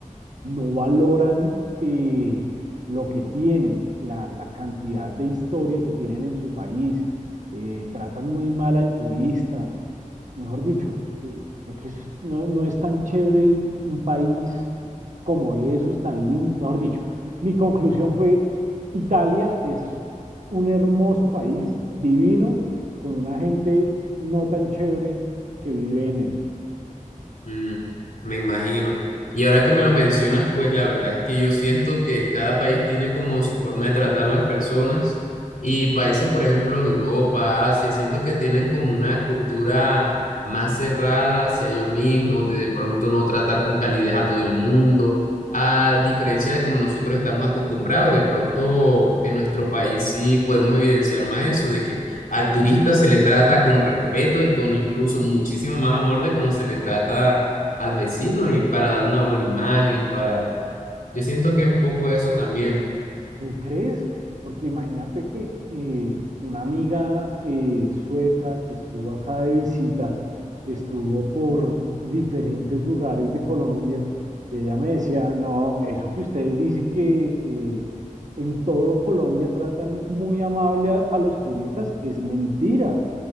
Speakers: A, on the right; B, on the left.
A: no valoran eh, lo que tienen, la, la cantidad de historia que tienen en su país, eh, tratan muy mal al turista, mejor dicho, eh, creo que es- no, no es tan chévere un país como esos, tan lindo, mejor dicho, mi conclusión fue, Italia es un hermoso país, divino, con una gente no tan chévere que vive en él.
B: Mm, me imagino. Y ahora que me lo mencionas, pues la verdad es que yo siento que cada país tiene como su forma de tratar las personas y países, por ejemplo, de Europa, Asia, siento que tienen como una cultura más cerrada hacia ellos mismos, de de pronto no tratar con calidez a todo el mundo, a diferencia de como nosotros estamos acostumbrados, de pronto en nuestro país sí podemos evidenciar más eso, de que al turista se le trata con respeto y con incluso muchísimo más amor de cómo se le trata al vecino y para dar una buena imagen, para... Yo siento que es un poco eso también.
A: ¿Tú crees? Porque imagínate que eh, una amiga eh, sueca que estuvo acá de visita, estuvo por diferentes lugares de Colombia y ella me decía, no, eso que ustedes dicen que eh, en todo Colombia tratan muy amable a, a los turistas es mentira.